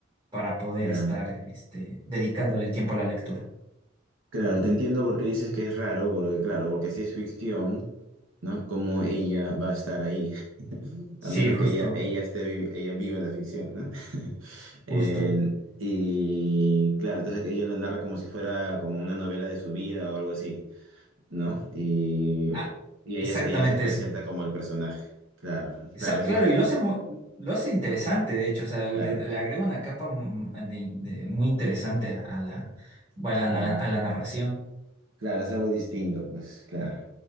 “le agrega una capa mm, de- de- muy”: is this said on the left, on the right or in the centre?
Right